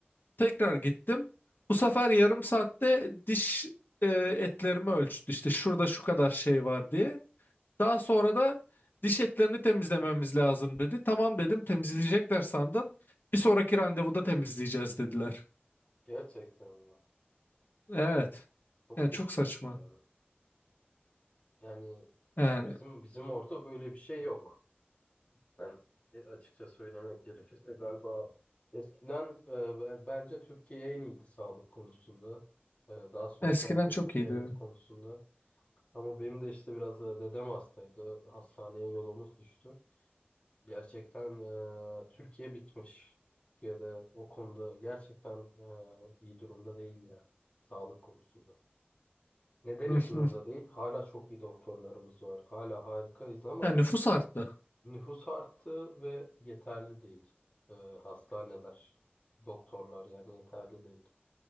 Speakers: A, on the left; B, on the left.
A: Tekrar gittim. Bu sefer yarım saatte diş e, etlerimi ölçtü. İşte şurada şu kadar şey var diye. Daha sonra da diş etlerini temizlememiz lazım dedi. Tamam dedim temizleyecekler sandım. Bir sonraki randevuda temizleyeceğiz dediler.
B: gerçekten ya.
A: Evet.
B: Çok
A: Yani
B: kötüymüş
A: çok saçma.
B: yani. Yani
A: Yani
B: bizim bizim orada böyle bir şey yok. Ben e, açıkça söylemek gerekirse galiba eskiden e, ben- bence Türkiye en iyiydi sağlık konusunda. E, daha sosyal
A: eskiden
B: dev-
A: çok iyiydi.
B: devlet konusunda. Ama benim de işte biraz da dedem hastaydı. Hastaneye yolumuz düştü. Gerçekten e, Türkiye bitmiş. Türkiye'de o konuda gerçekten e, iyi durumda değil ya. Sağlık konusunda. Neden
A: Hı
B: iyi durumda
A: hı.
B: değil? Hala çok iyi doktorlarımız var. Hala harikayız ama
A: Yani nüfus arttı.
B: nüfus arttı ve yeterli değil. E, hastaneler, doktorlar yani yeterli değil.